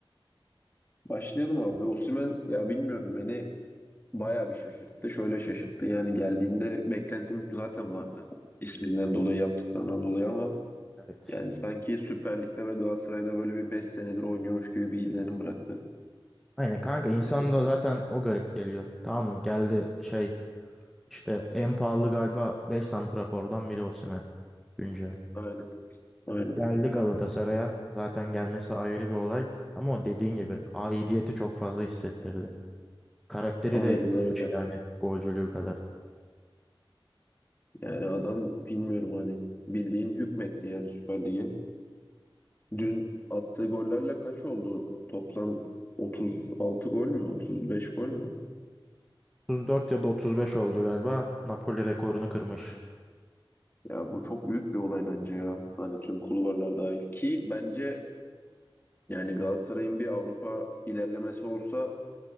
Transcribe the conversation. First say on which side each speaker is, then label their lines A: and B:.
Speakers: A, on the left; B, in the centre.
A: Başlayalım abi. Osimhen ya bilmiyorum beni Bayağı bir şaşırttı. Şöyle şaşırttı. Yani geldiğinde beklentim zaten vardı. İsminden dolayı, yaptıklarından dolayı ama
B: Evet.
A: yani sanki Süper Lig'de ve Galatasaray'da böyle bir 5 senedir oynuyormuş gibi bir izlenim bıraktı.
B: Aynen kanka insan
A: Yani,
B: da zaten o garip geliyor. Tamam geldi şey işte en pahalı galiba 5 santrafordan biri Osimhen. Güncel.
A: aynen, aynen.
B: Geldi Galatasaray'a. Zaten gelmesi ayrı bir olay. Ama o dediğin gibi aidiyeti çok fazla hissettirdi. Karakteri
A: Aynen
B: de iyiymiş
A: öyle.
B: yani golcülüğü kadar.
A: Yani adam bilmiyorum hani bildiğin hükmetti yani Süper Lig'e. Dün attığı gollerle kaç oldu? Toplam 36 gol mü? 35 gol mü?
B: 34 ya da 35 oldu galiba. Napoli rekorunu kırmış.
A: Ya bu çok büyük bir olay bence ya. Hani tüm kulvarlar dahil ki bence Yani Galatasaray'ın bir Avrupa ilerlemesi olsa